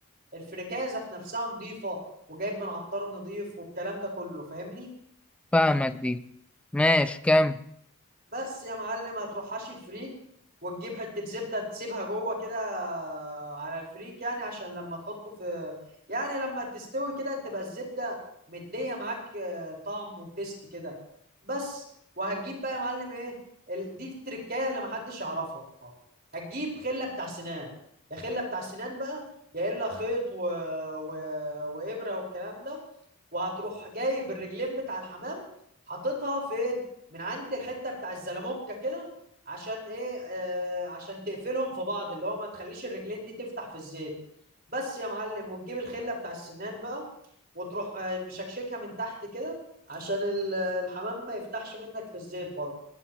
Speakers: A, on the right; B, in the centre.
A: الفريكايه ذات نفسها نظيفه وجايب من عطار نظيف والكلام ده كله فاهمني
B: فاهمك دي ماشي كم
A: بس يا معلم هتروح حاشي الفريك وتجيب حتة زبدة تسيبها جوه كده على الفريك يعني عشان لما تحطه في يعني لما تستوي كده تبقى الزبدة مدية معاك آه، طعم وتست كده بس وهتجيب بقى يا معلم ايه ال- دي التركاية اللي محدش يعرفها هتجيب خلة بتاع سنان يا خلة بتاع سنان بقى يا إلا خيط و... و... وإبرة والكلام ده وهتروح جايب الرجلين بتاع الحمام حاططها فين من عند الحته بتاع الزلموكه كده عشان ايه آه عشان تقفلهم في بعض اللي هو ما تخليش الرجلين دي تفتح في الزيت بس يا معلم وتجيب الخله بتاع السنان بقى وتروح آه، مشكشكها من تحت كده عشان ال- الحمام ما يفتحش منك في الزيت برضه